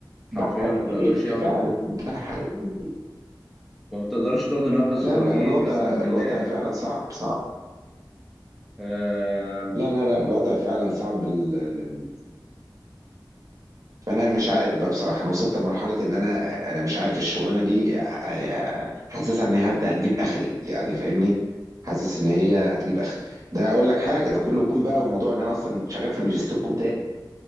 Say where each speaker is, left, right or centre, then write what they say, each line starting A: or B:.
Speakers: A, in the centre; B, on the right.
A: حرفيا
B: ده حقيقي
A: ما بيقدرش ياخد
B: فعلا ده حقيقي
A: ما بتقدرش تاخد نفسك
B: لا
A: أكيد
B: لا الوضع
A: قسما بالله
B: الوضع فعلا صعب صعب
A: آه،
B: لا لا لا الوضع فعلا صعب ال- ال- ال- فانا مش عارف بقى بصراحه انا وصلت لمرحله ان انا انا مش عارف الشغلانه دي ح- حاسسها ان هي هت- هتجيب اخري يعني فاهمني حاسس ان هي هتجيب اخري ده اقول لك حاجه ده كله كوم بقى وموضوع ان انا اصلا شغال في الماجستير كوم تاني